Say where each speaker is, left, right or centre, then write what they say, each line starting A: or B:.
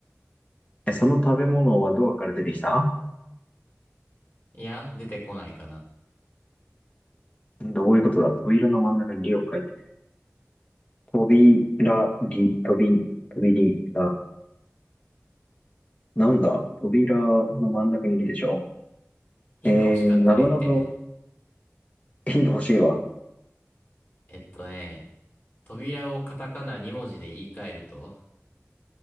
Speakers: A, on the left; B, on the left.
A: え、その食べ物はドアから出てきた
B: いや、出てこないかな。
A: どういうことだ扉の真ん中に「り」を書いて。扉、り、とび、とびり、だ。なんだ扉の真ん中に「り」でしょ
B: ヒント欲しかったら言ってね。
A: えー、なぞなぞ、ヒント欲しいわ。
B: えっとね、扉をカタカナ2文字で言い換えると、